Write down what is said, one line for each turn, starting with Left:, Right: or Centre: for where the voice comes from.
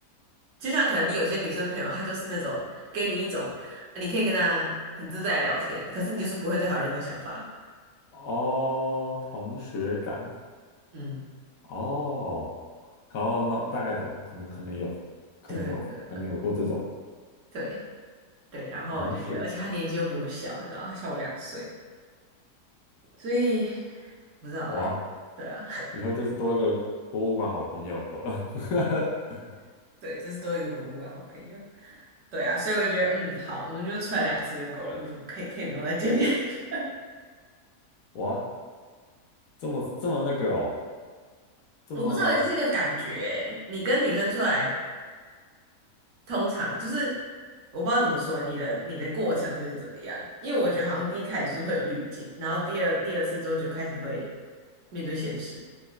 Right: 就像可能你有些女生朋友，她就是那种给你一种，呃你可以跟她很自在地聊天，可是你就是不会对她有任何想法。
Left: 哦，同学感
Right: 嗯，
Left: 哦，然后那大概懂，可能可能有，可能有，
Right: 对啊，对啊，对啊
Left: 可能有过这种
Right: 对对。然后我就觉得，
Left: 同学。
Right: 而且她年纪又比我小，你知道，她小我两岁，所以我不知道哎、
Left: 哇，
Right: 对啊，
Left: 以后就是多一个博物馆好朋友了。<laughs>
Right: <laughs> 对，就是多一个博物馆好朋友。对啊，所以我就觉得，嗯，好，我们就出来两次就够了，我不可以可以不用再见面。<laughs>
Left: 哇，这么这么那个哦，这么。
Right: 我不知道欸，这是一个感觉欸，你跟女生出来。通常就是我不知道怎么说，你的你的过程会是怎么样？因为我觉得好像第一开始就是会有滤镜，然后第二第二次之后就开始会面对现实，